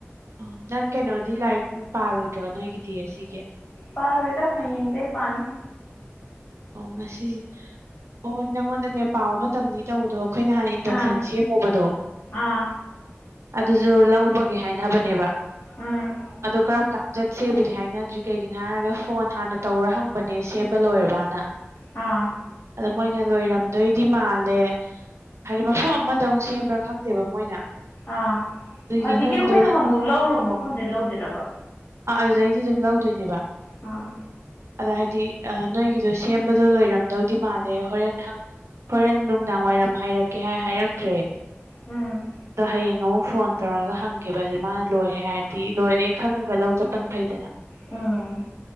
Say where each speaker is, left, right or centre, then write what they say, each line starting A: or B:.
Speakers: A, on the right; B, on the left.
A: ꯑꯣ ꯅꯪ ꯀꯩꯅꯣꯗꯤ ꯂꯥꯏꯔꯤꯛ ꯄꯥꯔꯣꯏꯗ꯭ꯔꯣ ꯅꯣꯏꯒꯤꯗꯤ ꯑꯁꯤꯒꯤ
B: ꯄꯥꯔ ꯑꯣꯏꯣꯏꯗ ꯍꯗ ꯄꯅꯤ
A: ꯑꯣ ꯉꯁꯤꯁꯦ ꯑꯣ ꯅꯪꯉꯣꯟꯗꯅꯦ ꯄꯥꯎꯕ ꯃꯇꯝꯅꯤ ꯇꯧꯕꯗꯣ ꯑꯩꯈꯣꯏꯅ ꯍꯥꯟꯅ ꯏꯟꯗꯛꯁꯟ
B: ꯑꯥ
A: ꯁꯦꯝꯃꯨꯕꯗꯣ
B: ꯑꯥ
A: ꯑꯗꯨꯁꯨ ꯂꯧꯕꯒꯦ ꯍꯥꯏꯅꯕꯅꯦꯕ
B: ꯎꯝ
A: ꯑꯗꯨ ꯀꯔꯝ ꯀꯥꯟ ꯆꯠꯁꯦꯕꯨꯗꯤ ꯍꯥꯏꯅꯗ꯭ꯔꯤ ꯀꯩꯒꯤꯅꯣ ꯍꯥꯏꯔꯒ ꯐꯣꯟ ꯍꯥꯟꯅ ꯇꯧꯔ ꯍꯪꯕꯅꯦ ꯁꯦꯝꯕ ꯂꯣꯏꯔꯕꯅ
B: ꯑꯥ
A: ꯑꯗꯣ ꯃꯣꯏꯅ ꯂꯣꯏꯔꯝꯗꯣꯏꯗꯤ ꯃꯥꯜꯂꯦ ꯍꯥꯏꯗꯤ ꯃꯐꯝ ꯑꯃꯗꯧꯨꯛ ꯁꯦꯝꯕ꯭ꯔꯥ ꯈꯪꯗ ꯅꯠꯇꯦꯕ ꯃꯣꯏꯅ
B: ꯑꯥ
A: ꯑꯗꯨꯒꯤ
B: ꯍꯧꯖꯤꯛꯀꯤ
A: ꯅꯣꯏꯒꯤꯗꯣ
B: ꯑꯩꯈꯣꯏꯅ ꯑꯃꯨꯛ ꯂꯧꯔꯨꯕ ꯃꯐꯝꯗꯤ ꯂꯧꯗꯔꯕ
A: ꯑꯥ ꯑꯗꯨꯗꯩꯗꯤ ꯑꯗꯨꯝ ꯂꯧꯗꯣꯏꯅꯦꯕ
B: ꯑꯥ
A: ꯑꯗ ꯍꯥꯏꯗꯤ ꯅꯣꯏꯒꯤꯗꯣ ꯁꯦꯝꯕꯗꯣ ꯂꯣꯏꯔꯝꯗꯧꯗꯤ ꯃꯥꯜꯂꯦ ꯍꯣꯔꯦꯟꯪ ꯍꯣꯔꯦꯟ ꯅꯨꯡꯗꯥꯡ ꯋꯥꯏꯔꯝ ꯍꯥꯏꯔꯛꯀꯦ ꯍꯥꯏ ꯍꯥꯏꯔꯛꯇ꯭ꯔꯦ
B: ꯎꯝ
A: ꯑꯗꯣ ꯍꯌꯦꯡ ꯑꯃꯨꯛ ꯐꯣꯟ ꯇꯧꯔꯒ ꯍꯪꯈꯤꯕꯁꯨ ꯃꯥꯅꯥ ꯂꯣꯏꯔꯦ ꯍꯥꯏꯔꯗꯤ ꯂꯣꯏꯔꯦ ꯈꯪꯉꯒ ꯂꯧ ꯆꯠꯄꯅ ꯐꯩꯗꯅ
B: ꯎꯝ